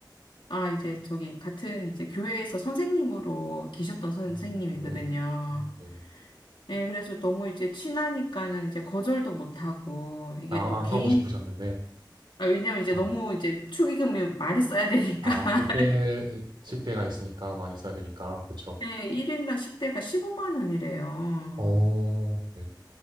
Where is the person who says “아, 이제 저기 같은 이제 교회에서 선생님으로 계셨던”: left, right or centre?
Left